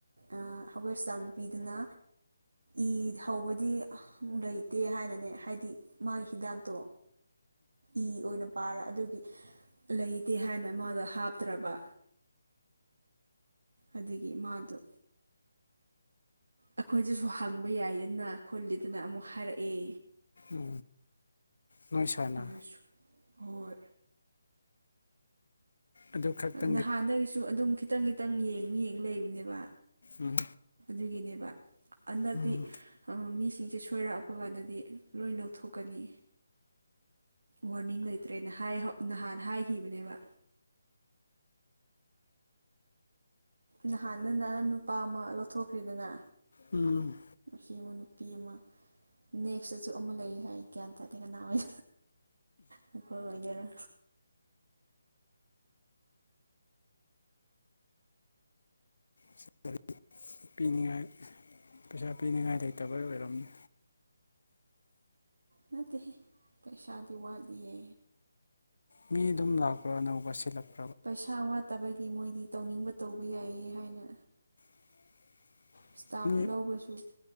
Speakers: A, on the right (about 75°); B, on the left (about 75°).
A: ꯑꯩꯈꯣꯏ ꯑꯁꯇꯥꯝ ꯅꯨꯄꯤꯗꯨꯅ ꯏ ꯍꯧꯕꯗꯤ ꯂꯩꯇꯦ ꯍꯥꯏꯅꯅꯦ ꯍꯥꯏꯗꯤ ꯃꯥꯒꯤ ꯍꯤꯗꯥꯛꯇꯣ ꯏ ꯑꯣꯏꯅ ꯄꯥꯔ ꯑꯗꯨꯒꯤ ꯂꯩꯇꯦ ꯍꯥꯏꯅ ꯃꯥꯗꯣ ꯍꯥꯞꯇ꯭ꯔꯕ ꯑꯗꯒꯤ ꯃꯥꯗꯣ ꯑꯩꯈꯣꯏꯗꯁꯨ ꯍꯥꯡꯕ ꯌꯥꯏꯗꯅ ꯈꯣꯜꯂꯤꯗꯅ ꯑꯃꯨꯛ ꯍꯥꯏꯔꯛꯑꯦ
B: ꯎ ꯅꯣꯏ ꯁꯅ
A: ꯑꯗꯨꯁꯨ ꯍꯣꯏ
B: ꯑꯗꯨ ꯈꯛꯇꯪꯒꯤ
A: ꯅꯍꯥꯟꯗꯒꯤꯁꯨ ꯑꯗꯨꯝ ꯈꯤꯇꯪ ꯈꯤꯇꯪ ꯌꯦꯡ ꯌꯦꯡ ꯂꯩꯕꯅꯦꯕ
B: ꯎꯝ
A: ꯑꯗꯨꯒꯤꯅꯦꯕ ꯍꯟꯗꯛꯇꯤ
B: ꯎꯝ
A: ꯃꯤ ꯁꯤꯡꯁꯦ ꯁꯣꯏꯔꯛꯄ ꯀꯥꯟꯗꯗꯤ ꯂꯣꯏ ꯂꯧꯊꯣꯛꯀꯅꯤ ꯋꯥꯔꯅꯤꯡ ꯂꯩꯇ꯭ꯔꯦꯅ ꯅꯍꯥꯟ ꯍꯥꯏꯈꯤꯕꯅꯦꯕ ꯅꯍꯥꯟ ꯅ ꯅꯨꯄꯥ ꯑꯃ ꯂꯧꯊꯣꯛꯈ꯭ꯔꯤꯗꯅ
B: ꯎꯝ
A: ꯅꯨ ꯑꯃ ꯅꯨꯄꯤ ꯑꯃ ꯅꯦꯛꯁꯇꯁꯨ ꯑꯃ ꯂꯩ ꯍꯥꯏ ꯒ꯭ꯌꯥꯟ ꯇꯥꯗꯦ ꯀꯅꯥ ꯑꯣꯏ ꯑꯩꯈꯣꯏ ꯏꯗꯔ
B: <unintelligible> ꯄꯤꯅꯤꯡꯉꯥꯏ ꯄꯩꯁꯥ ꯄꯤꯅꯤꯡꯉꯥꯏ ꯂꯩꯇꯕ ꯑꯣꯏꯔꯝꯅꯤ
A: ꯅꯠꯇ ꯄꯩꯁꯥꯗꯤ ꯋꯥꯠꯂꯤꯦ
B: ꯃꯤ ꯑꯗꯨꯝ ꯂꯥꯛꯄ꯭ꯔꯣ ꯑꯅꯧꯕ ꯁꯤꯜꯂꯛꯄ
A: ꯄꯩꯁꯥ ꯋꯥꯠꯇꯕꯒꯤ ꯃꯣꯏꯗꯤ ꯇꯧꯅꯤꯡꯕ ꯇꯧꯕ ꯌꯥꯏꯌꯦ ꯍꯥꯏꯅ
B: <unintelligible>
A: ꯏꯁꯇꯥꯞ
B: ꯃꯤ
A: ꯂꯧꯕꯁꯨ